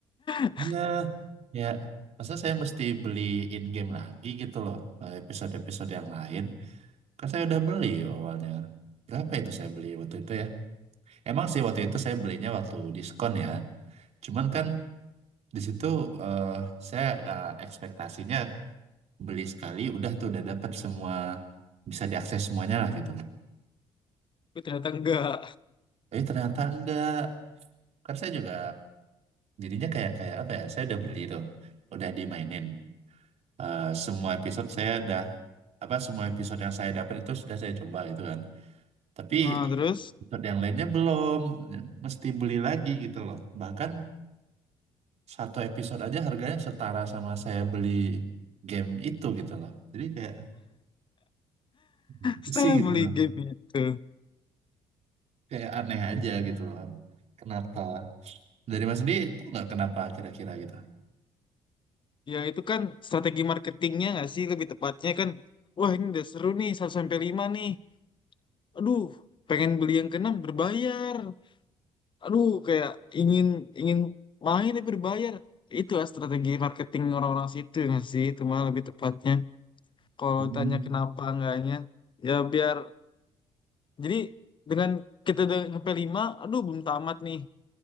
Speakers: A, on the left (about 40°); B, on the right (about 60°).
A: <laughs>
B: Iya. Ya, masa saya mesti beli in-game lagi gitu loh. eh, Episode-episode yang lain. Kan saya udah beli awalnya. Berapa itu saya beli waktu itu ya? Emang sih waktu itu saya belinya waktu diskon ya. Cuman kan Di situ eh, saya eh, ekspektasinya beli sekali udah tuh udah dapat semua bisa diakses semuanya lah gitu loh.
A: Tapi ternyata enggak.
B: Tapi ternyata enggak. Kan saya juga jadinya kayak kayak apa ya? Saya udah beli tuh, udah dimainin. Eh, semua episode saya udah apa semua episode yang saya dapat itu sudah saya coba gitu kan. Tapi
A: Nah, terus
B: episode yang lainnya belum, ya, mesti beli lagi gitu loh. Bahkan satu episode aja harganya setara sama saya beli game itu gitu loh. Jadi kayak gitu
A: setelah
B: sih gitu
A: beli
B: loh.
A: game itu,
B: kayak aneh aja gitu loh. Kenapa? Dari Mas sendiri itu nggak kenapa kira-kira gitu?
A: ya itu kan strategi marketingnya nggak sih lebih tepatnya kan, wah ini udah seru nih 1 sampai 5 nih. Aduh, pengen beli yang keenam berbayar. Aduh, kayak ingin ingin main tapi berbayar. Itu lah strategi marketing orang-orang situ nggak sih? Itu mah lebih tepatnya. Kalau
B: Hmm.
A: tanya kenapa enggaknya, ya biar Jadi dengan kita udah sampai lima, aduh belum tamat nih.